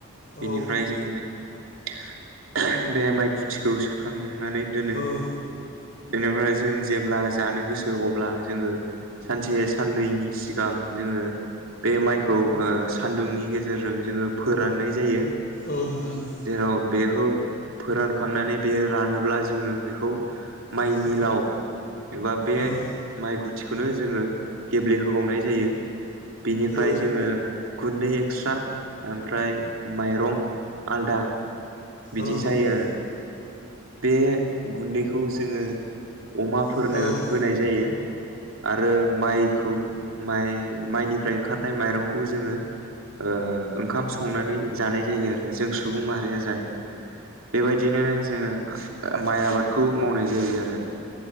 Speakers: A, on the right; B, on the left.
A: बेनिफ्राय
B: औ
A: जोङो <unintelligible> बे माइ खुथिखौ सोखांनानै दोनो।
B: औ
A: बेनिफ्राय जों जेब्ला जानो गोसो अब्ला जोङो सानसे साननैनि सिगां जोङो बे माइखौ ओ सान्दुंनि गेजेरजों जोङो फोराननाय जायो।
B: औ नोंथां।
A: जेराव बेखौ फोरानखांनानै बे रानोब्ला जोङो बेखौ माइ
B: औ
A: मिलाव एबा बे
B: औ
A: माइ गुथिखौनो जोङो गेब्लेहोबावनाय जायो। बेनिफ्राय
B: औ
A: जोङो गुन्दै एक्सट्रा ओमफ्राय माइरं आलदा बिदि
B: औ
A: जायो
B: औ उम औ नोंथां औ उम औ नोंथां उम औ
A: आरो। बे गुन्दैखौ जोङो अमाफोरनो
B: औ
A: होनाय जायो। आरो माइखौ माइ माइनिफ्राय ओंखारनाय माइरंखौ जोङो ओ ओंखाम संनानै जानाय जायो आरो जों सुबुं माहारिया जायो। बेबायदिनो जोङो माइ आबादखौ मावनाय जायो आरो